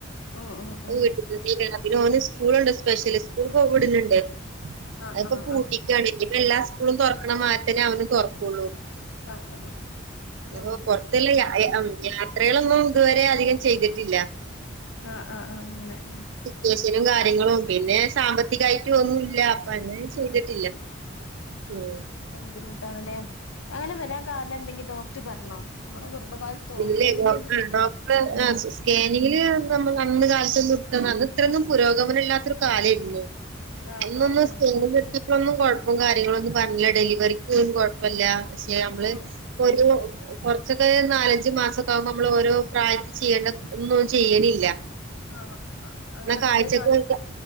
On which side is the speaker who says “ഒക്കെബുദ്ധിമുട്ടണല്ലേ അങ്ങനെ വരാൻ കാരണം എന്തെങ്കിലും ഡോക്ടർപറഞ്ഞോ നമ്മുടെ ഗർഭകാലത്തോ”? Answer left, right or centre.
Left